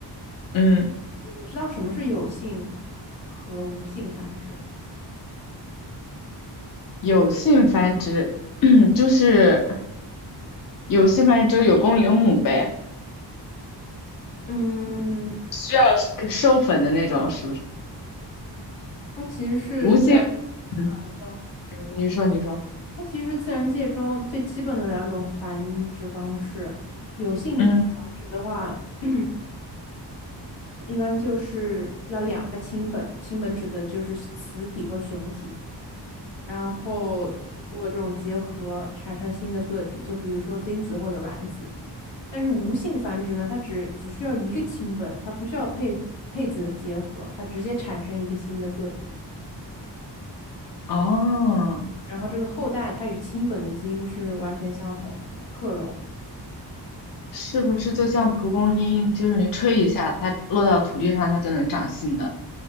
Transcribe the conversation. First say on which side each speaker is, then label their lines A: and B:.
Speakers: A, on the left; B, on the left.
A: 嗯。
B: 你知道什么是有性和无性繁殖
A: 有性繁殖，
B: 吗？
A: <clears throat> 就是有性繁殖就是有公有母呗，
B: 嗯，
A: 需要授粉的那种，是不是？
B: 它其实是自然
A: 无性，嗯，
B: 啊，你说
A: 你说你说，
B: 它其实是自然界中最基本的两种繁殖方式。有性繁殖的话，
A: 嗯，
B: <clears throat> 一般就是要两个亲本，亲本指的就是雌体和雄体。然后通过这种结合产生新的个体，就比如说精子或者卵子。但是无性繁殖呢，它只只需要一个亲本，它不需要配配子结合，它直接产生一个新的个体。
A: 哦，
B: 然后这个后代它与亲本的基因是完全相同的，叫克隆。
A: 是不是就像蒲公英，就是你吹一下，它落到土地上，它就能长新的？